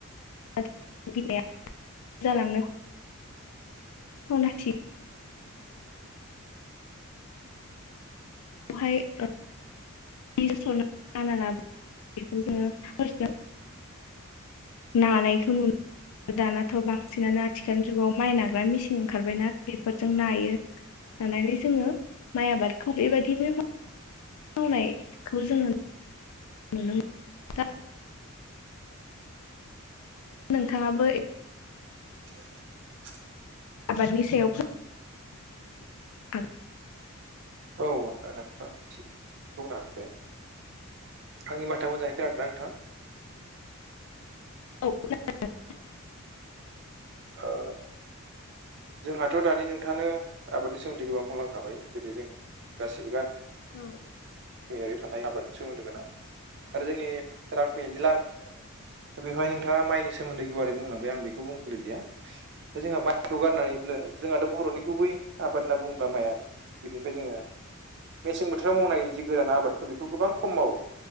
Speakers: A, on the left; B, on the right.
A: <unintelligible> अनाथि बेवहाय ओ बि सराना बेखौ जोङो हरसे नानायखौ नुनो दानाथ' बांसिनानो आथिखाल जुगाव माइ नाग्रा मिसिन ओंखारबायना बेफोरजों नायो। लानानै जोङो माइ आबादखौ बेबायदिनो मा वनायखौ जोङो मोनो दा नोंथाङाबो ए
B: <inaudible>
A: आबादनि सायाव फोरमायनो
B: औ नोंथां बुंनो हागोन दे आंनि माथोआ मोजाङै खोनादों ना नोंथां?
A: <unintelligible>
B: हो जोंहाथ' दानि नोंथाङानो आबादनि सोमोन्दै गोबां बुंलांखाबाय गोदो जों गासिबो गामि
A: औ
B: गैयारि थानाय आबादनि सोमोन्दो गोनां आरो जोंनि रां फैनायनि <unintelligible> दा बेहाय नोंथाङा माइनि सोमोन्दै गुवारै बुंलांबाय आं बेखौ बुंगलैलिया। दा जोंहा माइखौ गारनानैब्लो जोंहाथ' बर'नि गुबै आबाद होनना बुङोब्ला माइआनो बिनिफ्राय जोङो मेसें बोथोराव मावनाय जि गोरान आबादफोर बेखौ गोबां खम मावो।